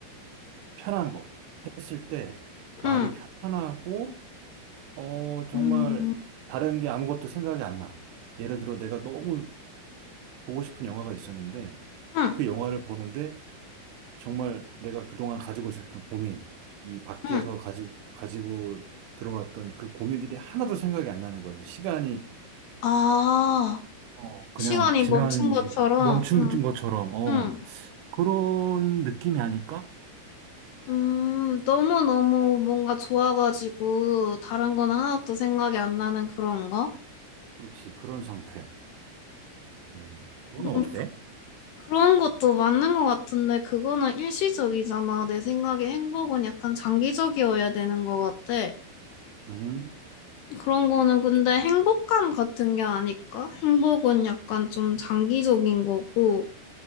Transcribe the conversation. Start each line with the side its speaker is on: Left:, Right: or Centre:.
Right: 편한 거 했을 때 마음이
Left: 응,
Right: 편하고, 어, 정말
Left: 응,
Right: 다른 게 아무것도 생각이 안 나. 예를 들어 내가 너무 보고 싶은 영화가 있었는데
Left: 응,
Right: 그 영화를 보는데 정말 내가 그동안 가지고 있었던 고민, 이 밖에서
Left: 응.
Right: 가지, 가지고 들어왔던 그 고민들이 하나도 생각이 안 나는 거예요. 시간이
Left: 아,
Right: 어, 그냥
Left: 시간이
Right: 지나는지
Left: 멈춘 것처럼,
Right: 멈춘
Left: 응,
Right: 것처럼, 어,
Left: 응.
Right: 그런 느낌이 아닐까?
Left: 음, 너무너무 뭔가 좋아가지고, 다른 거는 하나도 생각이 안 나는 그런 거?
Right: 그렇지, 그런 상태. 음, 너는
Left: 음,
Right: 어때?
Left: 그런 것도 맞는 것 같은데, 그거는 일시적이잖아. 내 생각에 행복은 약간 장기적이어야 되는 것 같아.
Right: 음,
Left: 그런 거는
Right: 그렇지.
Left: 근데 행복감 같은 게 아닐까? 행복은 약간 좀 장기적인 거고,